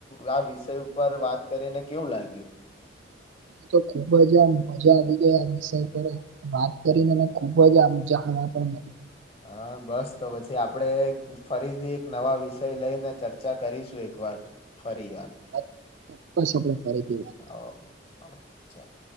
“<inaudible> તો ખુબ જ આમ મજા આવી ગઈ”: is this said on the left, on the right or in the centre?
Right